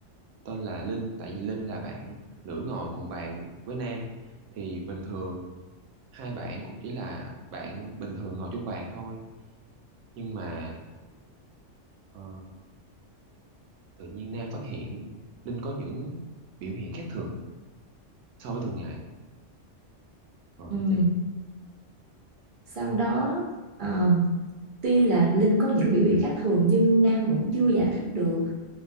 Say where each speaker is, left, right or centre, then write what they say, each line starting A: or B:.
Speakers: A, on the right (about 80°); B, on the right (about 50°).
A: tên là Linh, tại vì Linh là bạn nữ ngồi cùng bàn với Nam. Thì bình thường hai bạn cũng chỉ là bạn bình thường ngồi chung bàn thôi. Nhưng mà ờ, tự nhiên Nam phát hiện Linh có những biểu hiện khác thường so với thường ngày. Rồi
B: ừm,
A: đó chị,
B: sau đó ờ, tuy là Linh có những biểu hiện khác thường nhưng Nam vẫn chưa giải thích được.